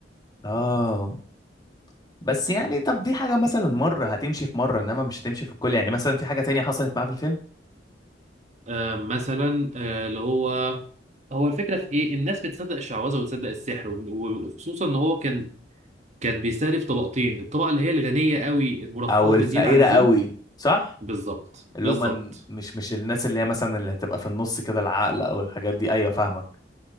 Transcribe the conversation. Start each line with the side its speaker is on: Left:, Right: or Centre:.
Left: اه بس يعني طب دي حاجه مثلا مره هتمشي في مره انما مش هتمشي في الكل يعني مثلا في حاجه تانية حصلت معاه في الفيلم
Right: آه، مثلا آه، اللي هو هو الفكره في ايه الناس بتصدق الشعوذه وتصدق السحر و- و- وخصوصا ان هو كان كان بيستهدف طبقتين الطبقه اللي هي الغنيه قوي المرفهه
Left: او الفقيره
Right: بزياده عن اللزوم
Left: قوي صح
Right: بالظبط
Left: اللي
Right: بالظبط
Left: هم مش مش الناس اللي هي مثلا اللي هتبقى في النص كده العقل او الحاجات دي ايوه فاهمك